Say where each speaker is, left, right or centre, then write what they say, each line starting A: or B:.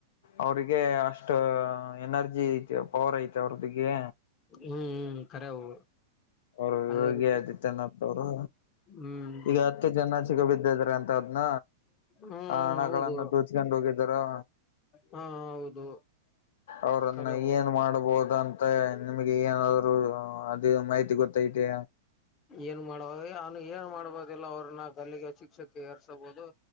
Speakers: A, on the left; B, on the left.
A: ಅವ್ರಿಗೆ ಅಷ್ಟ್ ಅಷ್ಟ ಏನರ್ಜಿ ಐತೆ ಪವರ್ ಐತೆ ಅವ್ರದಿಗೆ.
B: ಹ್ಮ್ ಕರೆವು
A: ಅವರು
B: ಅದೇ
A: ಯೋಗಿ
B: ರೀತಿ
A: ಆದಿತ್ಯನಾಥ್ ಅವರು
B: ಹ್ಮ್
A: ಈಗ ಹತ್ತು ಜನ ಸಿಗ ಬಿದ್ದಿದ್ರೆ ಅಂತ್ ತದ್ನ
B: ಹ್ಮ್
A: ಆ ಹಣಗಳನ್ನು
B: ಹೌದು
A: ದೊಚ್ಕೊಂಡ್ ಹೋಗಿದ್ದಾರು.
B: ಹಾ ಹೌದು
A: ಅವ್ರನ್ನ
B: ಕರೆವು
A: ಏನ್ ಮಾಡ್ಬೋದು ಅಂತ್ ತ್ತೆ ನಿಮಗೆ ಏನಾದ್ರು ಅದು ಮಾಹಿತಿ ಗೊತ್ತೈತೆ.
B: ಏನ್ ಮಾಡುವ ಅವನು ಏನ್ ಮಾಡ್ಬೋದಿಲ್ಲ ಅವ್ರನ್ನ ಗಲ್ಲಿಗೆ ಹಚಿ ಪಕ್ಷಕ್ಕೆ ಏರ್ಸಬಹುದು